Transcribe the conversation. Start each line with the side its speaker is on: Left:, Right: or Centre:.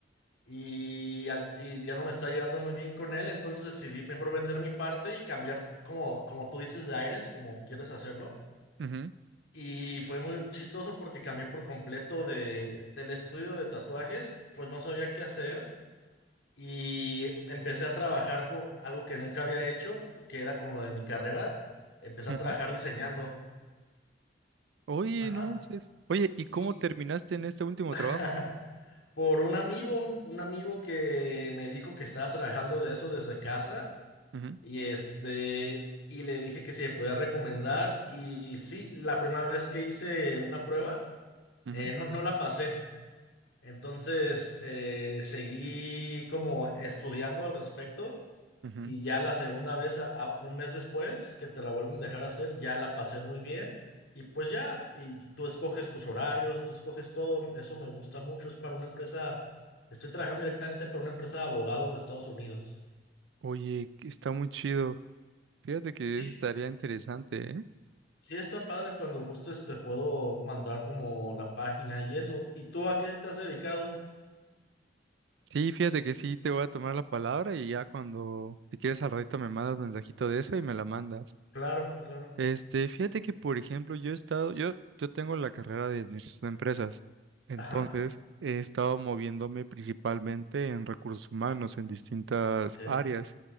Left: y, al- y ya no me está llevando muy bien con él, entonces decidí mejor vender mi parte y cambiar, como, como tú dices, de aires, como quieres hacerlo.
Right: ujú,
Left: Y fue muy chistoso porque cambié por completo de, del estudio de tatuajes, pues no sabía qué hacer y empecé a trabajar con algo que nunca había hecho, que era con lo de mi carrera. Empecé
Right: ujú.
Left: a trabajar diseñando.
Right: Oye,
Left: Ajá.
Right: no manches. Oye, ¿y cómo
Left: Y
Right: terminaste en este último
Left: <laughs>
Right: trabajo?
Left: por un amigo, un amigo que me dijo que estaba trabajando de eso desde casa
Right: Ujú,
Left: y este y le dije que si me podía recomendar y, y sí, la primera vez que hice una prueba
Right: ujú,
Left: eh, no no la pasé. Entonces eh, seguí como estudiando al respecto
Right: ujú.
Left: Y ya la segunda vez, a- a- un mes después, que te la vuelven a dejar hacer, ya la pasé muy bien. Y pues ya, y tú escoges tus horarios, tú escoges todo. Eso me gusta mucho. Es para una empresa, estoy trabajando directamente para una empresa de abogados de Estados Unidos.
Right: Oye, que está muy chido. Fíjate que
Left: Sí,
Right: eso estaría interesante, ¿eh?
Left: sí está padre. Cuando gustes te puedo mandar como la página y eso. ¿Y tú a qué te has dedicado?
Right: Sí, fíjate que sí, te voy a tomar la palabra y ya cuando, si quieres al ratito me mandas mensajito de eso y me la mandas.
Left: Claro, claro.
Right: Este, fíjate que, por ejemplo, yo he estado, yo, yo tengo la carrera de administración de empresas, entonces
Left: Ajá,
Right: he estado moviéndome principalmente en recursos humanos, en distintas
Left: ok.
Right: áreas.